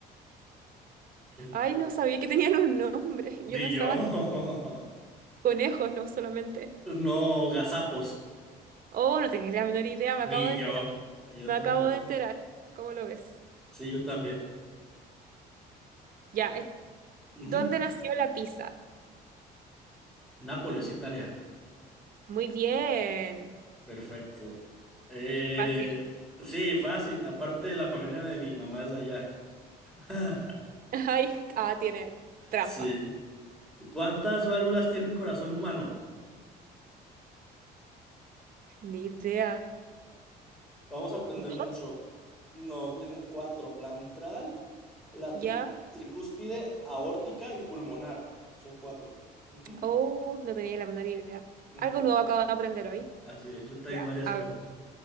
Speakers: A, in the centre; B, on the right.
A: <laughs>
B: Ay, no sabía que tenían un nombre. <laughs> Yo
A: Ni
B: pensaba
A: yo. <laughs>
B: que eran conejos, no solamente.
A: No, gazapos.
B: Oh, no tenía la menor idea, me
A: Ni
B: acabo de enterar.
A: yo. Yo
B: Me
A: tampoco.
B: acabo de enterar. ¿Cómo lo ves?
A: Sí, yo también.
B: Ya, eh,
A: Ujú.
B: ¿dónde nació la pizza?
A: Nápoles, Italia.
B: Muy bien.
A: Perfecto. Eh,
B: Fácil.
A: sí, fácil. Aparte, la familia de mi mamá es de allá. <laughs>
B: <laughs> Ay, ah, tiene trampa.
A: Sí. ¿Cuántas válvulas tiene un corazón humano?
B: Ni idea.
A: Vamos a aprender
B: No,
A: mucho. No, tiene cuatro. La mitral. La
B: ¿Ya?
A: tri- tricúspide, aórtica y pulmonar. Son cuatro. Ujú,
B: Oh, no tenía la menor idea.
A: ujú.
B: Algo nuevo acabo de aprender hoy.
A: Así es, yo también
B: Ya,
A: varias
B: a
A: cosas.